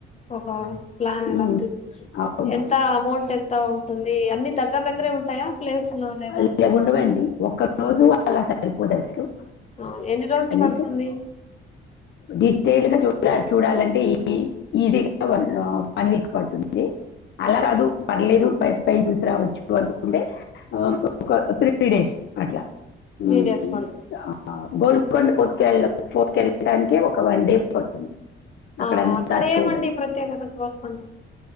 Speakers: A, on the left; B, on the left.
A: ఆ ప్లాన్ ఎలాతు
B: ఉమ్, అవునవును
A: ఎంత అమౌంట్ ఎంత ఉంటుంది. ది అన్ని దగ్గర దగ్గరే ఉంటాయా. ప్లేస్లు లేదంటే
B: అలాగ ఉండవండి. ఒక్క రోజు అలా సరిపోదు అసలు.
A: ఆ ఎన్ని రోజులు
B: కనీసం
A: పడుతుంది?
B: డీటెయిల్డ్ గా చూడ చూడాలంటే ఈ ఈజీగా వన్ వన్ వీక్ పడుతుంది. ది అలా
A: ఓకే
B: కాదు పర్లేదు పై పై చూసి రావచ్చు అనుకుంటే ఆ ఒక త్రీ డేస్ అట్లా
A: త్రీడేస్
B: ఉమ్,
A: పడు
B: ఆ, గోల్కొండ ఫోర్ట్ కె ఫోర్ట్కెల్లడానికి ఒక వన్ డే పడుతుంది.
A: అ
B: అంతా
A: అక్కడ
B: చూడడం
A: ఏమండి ప్రత్యేకత గోల్కొండా?